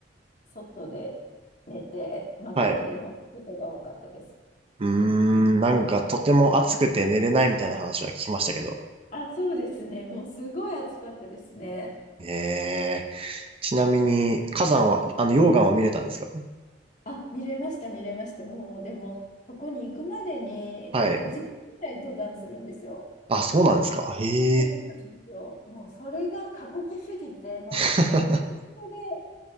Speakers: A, on the left; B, on the right.
A: 外で寝て、まあ、
B: はい。
A: トイレも外が多かったです。
B: うーん、なんかとても暑くて寝れないみたいな話は聞きましたけど。
A: あ、そうですね。もうすごい暑かったですね。
B: ええ。ちなみに、火山は、あの、溶岩は見れたんですか
A: あ、見れました、見れました。もう、でも、そこに行くまでに5時間ぐらい登山するんですよ。
B: はい。あ、そうなんですか。へえ。
A: そうなんですよ。もう、それが過酷すぎて、もう、
B: <laughs>
A: ちょっと熱中症で、